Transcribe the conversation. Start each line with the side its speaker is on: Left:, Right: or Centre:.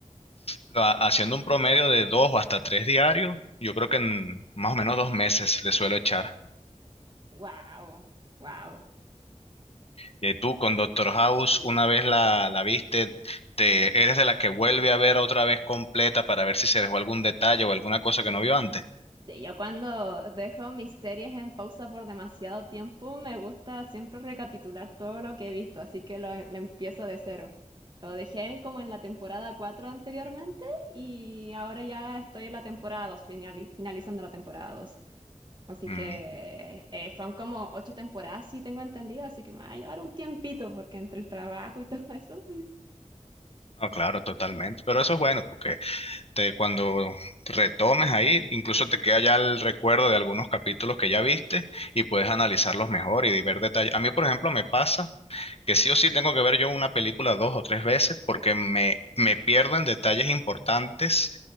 Left: lo- ha- haciendo un promedio de dos o hasta tres diarios, yo creo que en más o menos dos meses le suelo echar.
Right: Wow, wow.
Left: Y tú con Doctor House, una vez la, la viste, te, eres de las que vuelve a ver otra vez completa para ver si se dejó algún detalle o alguna cosa que no vio antes.
Right: yo cuando dejo mis series en pausa por demasiado tiempo, me gusta siempre recapitular todo lo que he visto, así que lo, lo empiezo de cero. Lo dejé en- como en la temporada 4 anteriormente y ahora ya estoy en la temporada 2 finali- finalizando la temporada dos. Así
Left: Mm,
Right: que eh, son como ocho temporadas, sí tengo entendido, así que me va a llevar un tiempito porque entre el trabajo y <laughs> todo eso.
Left: No, claro, totalmente. Pero eso es bueno, porque te, cuando retomes ahí, incluso te queda ya el recuerdo de algunos capítulos que ya viste y puedes analizarlos mejor y ver detalles. A mí, por ejemplo, me pasa que sí o sí tengo que ver yo una película dos o tres veces porque me, me pierdo en detalles importantes